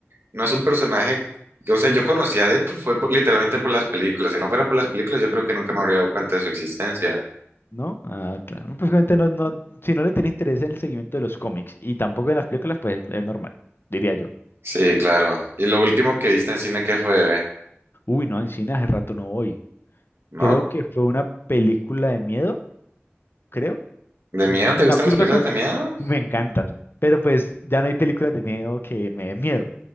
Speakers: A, on the right; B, on the left.
A: no es un personaje. O sea, yo conocí a Deadpool fue por- literalmente por las películas. Si no fuera por las películas, yo creo que nunca me habría dado cuenta de su existencia.
B: ¿no? Ah, claro. Pues obviamente no, no, si no le tenés interés en el seguimiento de los cómics y tampoco en las películas, pues es normal, diría yo.
A: Sí, claro. ¿Y lo último que viste en cine qué fue?
B: Uy, no, en cine hace rato no voy.
A: ¿No?
B: Creo que fue una película de miedo, creo.
A: ¿De
B: Me
A: miedo? ¿Te gustan
B: acuerdo
A: las películas
B: con...
A: de miedo?
B: Me encantan, pero pues ya no hay películas de miedo que me den miedo.